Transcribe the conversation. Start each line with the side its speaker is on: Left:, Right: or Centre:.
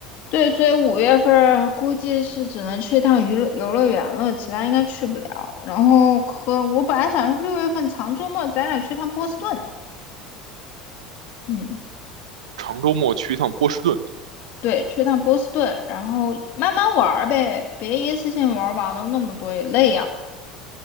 Left: 对，所以五月份儿估计是只能去一趟娱乐游乐园了，其他应该去不了。然后可我本来想是六月份长周末咱俩去趟波士顿，嗯。
Right: 长周末去一趟波士顿，
Left: 对，去趟波士顿，然后慢慢玩儿呗，别一次性玩儿完了那么多也累呀。